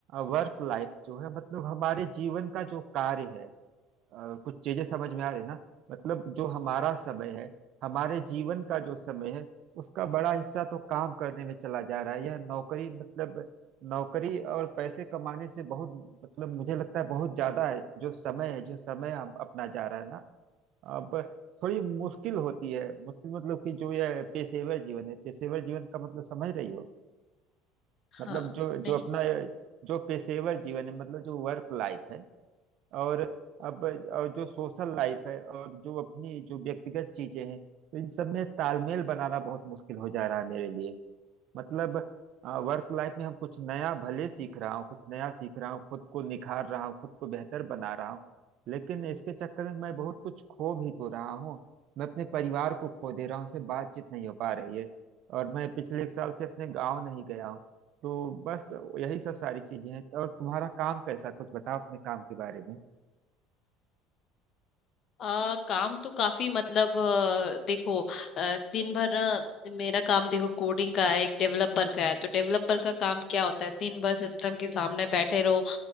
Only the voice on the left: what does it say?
हाँ
नहीं
आ, काम तो काफी मतलब अ, देखो अ, दिन भर ना मेरा काम देखो कोडिंग का है एक डेवलपर का है तो डेवलपर का काम क्या होता है दिन भर सिस्टम के सामने बैठे रहो